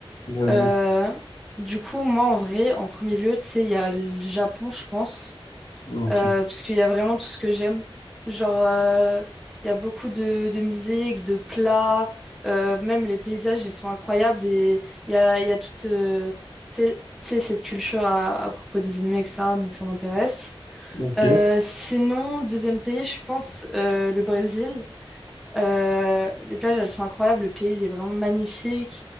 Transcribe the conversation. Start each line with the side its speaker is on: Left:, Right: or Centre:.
Left: Vas-y.
Centre: Euh, du coup, moi, en vrai, en premier lieu, tu sais, il y a le Japon, je pense,
Left: Ok,
Centre: euh, parce qu'il y a vraiment tout ce que j'aime. Genre, euh, il y a beaucoup de, de musique, de plats, euh, même les paysages, ils sont incroyables. Et il y a, il y a toute, euh, tu sais, tu sais, cette culture à, à propos des animés, etc. Donc, ça m'intéresse.
Left: ok,
Centre: Euh, sinon, deuxième pays, je pense euh, le Brésil. Euh, les plages, elles sont incroyables. Le pays il est vraiment magnifique